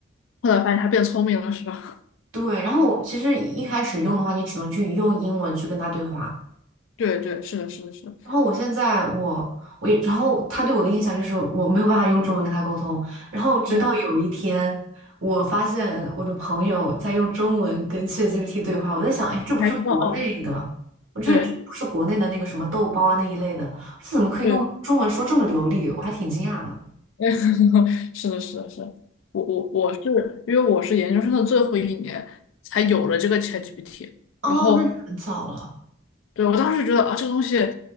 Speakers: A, on the left; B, on the right.
A: 后来发现他变聪明了，是吧？
B: 对，然后我其实一开始用的话，你只能去用英文去跟他对话，
A: <laughs> 对对，是的，是的，是的，
B: 然后我现在我我一，然后他对我的印象就是我没有办法用中文跟他沟通。然后直到有一天，
A: 哦，
B: 我发现我的朋友在用中文跟 ChatGPT 对话，我在想，哎，这不是国内的，
A: 你还知道哦，
B: 我这这不是国内的那个什么豆包啊那一类的，
A: 对
B: 这怎么可以用中文说这么流利？
A: 对，
B: 我还挺惊讶的。
A: <laughs> 是的，是的，是的，我我我是因为我是研究生的最后一年才有了这个 ChatGPT，
B: 哦，
A: 然后
B: 那你很早了。
A: 对，我当时觉得啊，这个东西